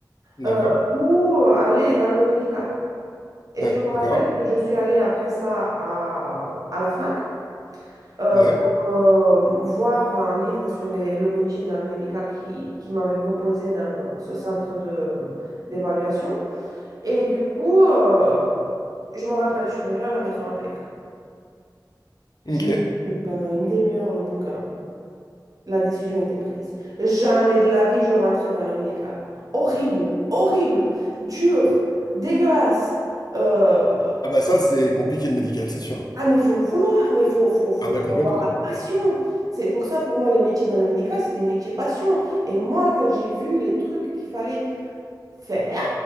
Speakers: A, on the left; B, on the right.
A: d'accord,
B: euh, ou euh, aller dans le médical. Et
A: d'accord,
B: je me rappelle que je suis allée après ça à, à la FNAC euh,
A: ouais,
B: pour euh, voir un livre sur les- le métier dans le médical qui, qui m'avait proposé dans le- ce centre de, d'évaluation. Et du coup, euh, je me rappelle, je suis venue à la maison avec.
A: ok.
B: Je lu pendant une demi-heure le bouquin. La décision était prise. Jamais de la vie je rentrais dans le médical. Horrible, horrible, dur, dégueulasse. Euh,
A: Ah bah ça, c'est compliqué le médical, c'est sûr.
B: Ah, mais il faut le vouloir, mais il faut, faut, faut,
A: Ah bah
B: faut
A: complètement.
B: avoir la passion. C'est pour ça, pour moi, les métiers dans le médical, c'est des métiers passion. Et moi, quand j'ai vu les trucs qu'il fallait faire,